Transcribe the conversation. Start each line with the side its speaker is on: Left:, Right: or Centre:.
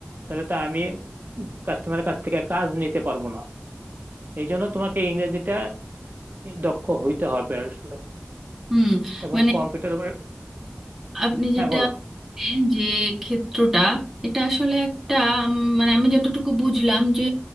Right: তাহলে তো আমি কাস্টমারের কাছ থেকে কাজ নিতে পারবো না এই জন্য তোমাকে ইংরেজিটা দক্ষ হইতে হবে আসলে
Centre: হুম
Right: এবং
Centre: মানে
Right: কম্পিউটার উপরে
Centre: আপনি
Right: হ্যাঁ
Centre: যেটা
Right: বলো
Centre: বললেন যে ক্ষেত্রটা এটা আসলে একটা উম, মানে আমি যতটুকু বুঝলাম যে